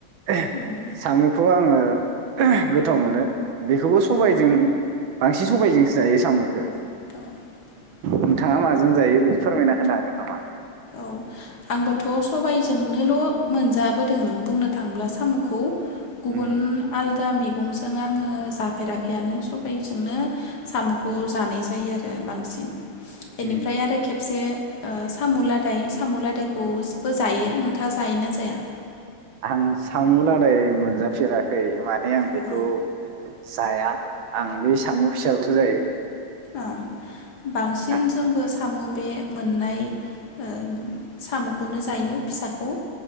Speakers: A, on the right; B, on the left.
A: ओ
B: उम
A: सामुखौ आंङो। ओ गोथाव मोनो। बेखौबो सबायजों।
B: औ
A: बांसिन सबायजोंसो जायो सामुखो।
B: <inaudible>
A: नोंथाङा माजों जायो बेखौ फोरमायना होनो हागोन नामा।
B: औ आंबोथ' सबायजोंनोल' मोनजाबोदों बुंनो थांङोब्ला सामुखौ। गुबुन
A: उम
B: आलदा मे मेगंजों आंङो जाफेराखैआनो सबायजोंनो साम'खौ जानाय जायो आरो बांसिन। बेनिफ्राय
A: उम
B: आरो खेबसे। ओ सामुला दाय सामुलादायखौबो जायो नोंथाङा जायोना जाया।
A: आं सामुलादाय मोनजाफेराखै माने आं बेखौ
B: औ
A: जाया आं बे सामु फिसाखौसो जायो।
B: औ बांसिन
A: आं
B: जोंबो सामु बे मोननाय ओ सामुखौनो जायो फिसाखौ।